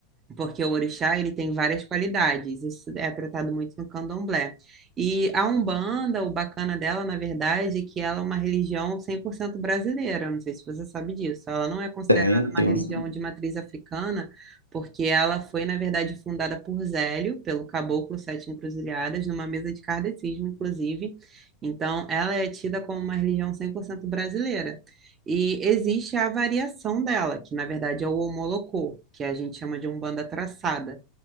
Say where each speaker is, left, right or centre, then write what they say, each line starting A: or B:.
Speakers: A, on the right; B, on the right.
A: porque o orixá ele tem várias qualidades, isso é tratado muito no candomblé. E a Umbanda, o bacana dela, na verdade, é que ela é uma religião 100% brasileira, não sei se você sabe disso. Ela não é considerada
B: Tem,
A: uma
B: tem.
A: religião
B: uns-
A: de matriz africana, porque ela foi, na verdade, fundada por Zélio, pelo caboclo Sete Encruzilhadas, numa mesa de kardecismo, inclusive. Então, ela é tida como uma religião 100% brasileira, e existe a variação dela, que na verdade é o homolocô que a gente chama de Umbanda traçada,